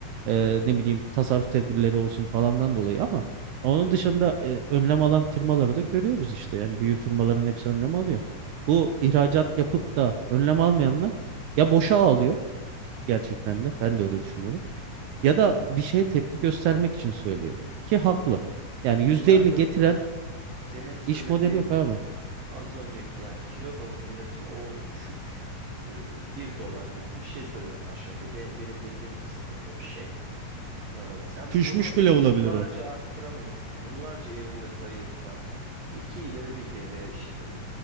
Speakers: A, on the right (about 80°); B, on the right (about 65°).
A: e, ne bileyim tasarruf tedbirleri olsun falandan dolayı ama onun dışında e, önlem alan firmaları da görüyoruz işte. Yani büyük firmaların hepsi önlem alıyor. Bu ihracat yapıp da önlem almayanlar ya boşa ağlıyor gerçekten de ben de öyle düşünüyorum. Ya da bir şeye tepki göstermek için söylüyor bunu ki haklı. Yani
B: Abi
A: %50
B: yıllardır
A: getiren
B: senin söylediğin
A: iş modeli yok abi.
B: az önceki yani kilo bazındaki o düşük e, bir dolar gibi bir şey söyledin aşağı yukarı. Ben- Benim bildiğim de öyle bir şey. Ee, Sen
A: Düşmüş
B: bunu
A: bile
B: yıllarca
A: olabilir o.
B: arttıramıyorsun. Yıllarca yerinde sayıyorsan, iki ileri bir geri işte